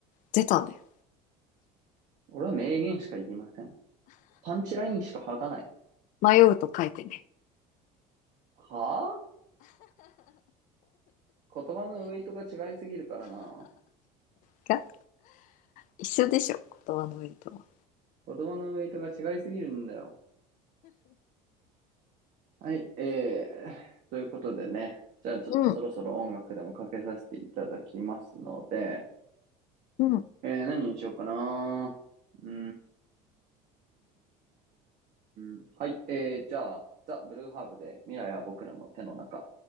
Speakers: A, on the left; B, on the right.
A: 出たね。
B: 俺は名言しか言いません。パンチラインしか吐かない。
A: 迷うと書いてね。
B: はぁ言葉のウェイトが違いすぎるからな。
A: が一緒でしょ、言葉の上とは。
B: 言葉のウェイトが違いすぎるんだよ。はい、えー、ということでね。じゃあちょっとそろそろ音楽でもかけさせていただきますので、
A: うん、うん。
B: えー、何にしようかな。うーん。はい、えー、じゃあ、ザ・ブルーハーブで未来は僕らの手の中。